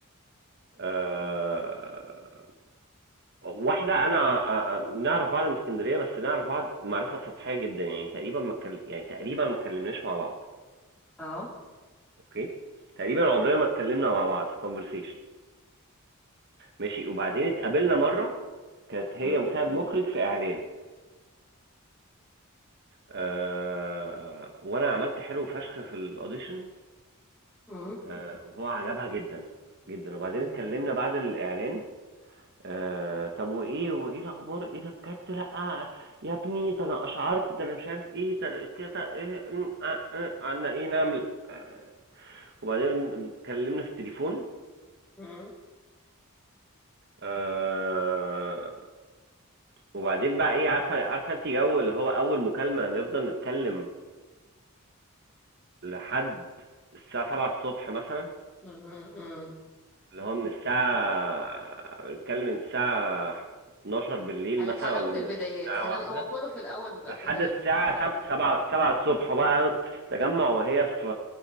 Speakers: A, on the right; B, in the centre.
A: أه... واحده انا أه... آه، نعرف بعض من اسكندريه بس نعرف بعض معرفه سطحيه جدا يعني تقريبا ما اتكل... يعني تقريبا ما اتكلمناش مع بعض
B: اه
A: اوكي تقريبا عمرنا ما اتكلمنا مع بعض في كونفرسيشن ماشي وبعدين اتقابلنا مره كانت هي
B: مم.
A: مساعد مخرج في اعلان أه... وانا عملت حلو فشخ في الاوديشن
B: مم.
A: آه، وهو عجبها جدًا، جدًا، وبعدين
B: مم.
A: اتكلمنا بعد الإعلان آآ، طب وإيه وإيه الأخبار، إيه ده بجد لأ، يا ابني ده أنا أشعرت، ده أنا مش عارف إيه، ده كده إيه إمم، آآ، آآ، عنا إيه نعمل آآ، وبعدين اتكلمنا في التليفون
B: مم.
A: آآ، وبعدين بقى إيه عارفة عارفة أنتِ جو اللي هو أول مكالمة نفضل نتكلم لحد الساعة 07:00 مثلًا.
B: مم. مم.
A: اللي هو من الساعة بنتكلم من الساعة 12 بالليل
B: حل-
A: مثلا
B: حلاوة
A: ولا من
B: البدايات
A: الساعة
B: حلاوة
A: واحدة
B: هو كله في الأول بيبقى
A: لحد
B: كده لذيذ
A: الساعة
B: حلاوة
A: سبعة
B: البداية
A: سبعة سبعة الصبح بقى أنا كنت في التجمع وهي في